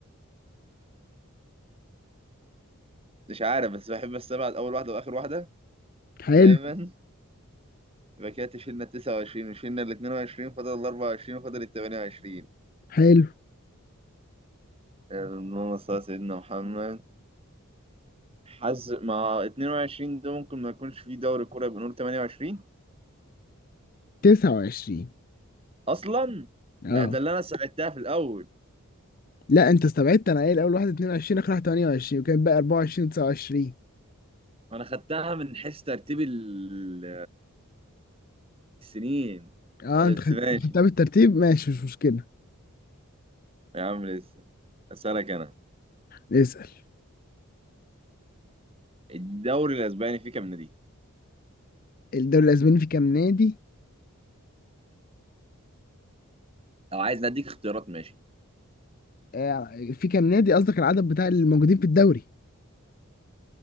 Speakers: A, on the right; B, on the left.
A: مش عارف بس بحب استبعد اول واحده واخر واحده
B: حلو
A: دايما يبقى كده شيلنا 29 وشيلنا ال 22 فاضل ال 24 فاضل ال 28
B: حلو
A: اللهم صل على سيدنا محمد حظ مع 22 ده ممكن ما يكونش فيه دوري كوره يبقى نقول 28
B: 29
A: اصلا
B: اه
A: لا، ده اللي انا ساعدتها في الاول
B: لا انت استبعدت انا قايل اول واحد 22 اخر واحد 28 وكان بقى 24 29
A: انا خدتها من حيث ترتيب ال- السنين
B: اه
A: بس
B: انت خد-
A: ماشي
B: خدتها بالترتيب ماشي مش مشكلة
A: يا عم لسه اسالك انا
B: اسأل
A: الدوري الاسباني فيه كام نادي
B: الدوري الاسباني في كام نادي
A: لو عايز اديك اختيارات ماشي
B: آه في كام نادي قصدك العدد بتاع الموجودين في الدوري